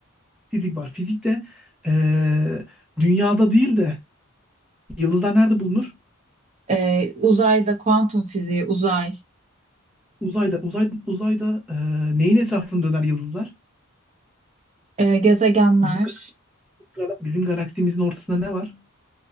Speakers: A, in the centre; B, on the right (about 30°).
A: fizik var. Fizikte ee, dünyada değil de yıldızlar nerede bulunur?
B: Ee, uzayda kuantum fiziği, uzay.
A: Uzayda, uzay, uzayda ee, neyin etrafında döner yıldızlar?
B: Ee, gezegenler,
A: Bizim, gal- bizim galaksimizin ortasında ne var?